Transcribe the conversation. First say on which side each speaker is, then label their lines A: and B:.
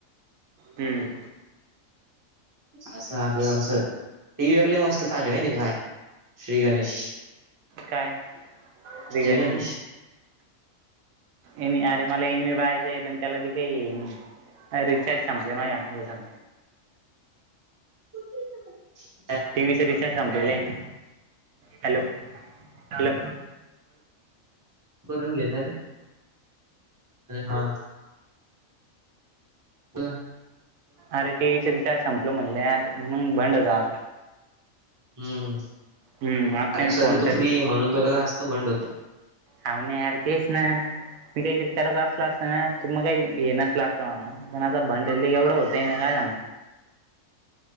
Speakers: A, on the right; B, on the right.
A: <inaudible> हम्म
B: अस आता झा इयरली मस्त चालू माहिती का काय? श्री गणेश
A: काय बिघाणी
B: श्री गणेश
A: ए अरे मला एन मी वहायच आहे पण त्याला बी काही आहे रिचार्ज संपले ना या या
B: <unintelligible> ु
A: टी व्ही चे रिचार्ज संपलेलं आहे हॅलो हॅलो
B: करून घेणार रे हा बरं
A: अरे टीव्हीच रिचार्ज संपल म्हणलेर मग भंड जा
B: हम्म कारक
A: हम्म आता मी
B: सध्या
A: फोन
B: तू
A: तरी
B: फ्री आहे म्हणून तुला जास्त बंड होत
A: हा नाही यार तेच ना मी काहीतरी करायत असला असता ना तू मग काही येणच ला असतं मला पण आता भांडला एवढं होतं नाही काय सांग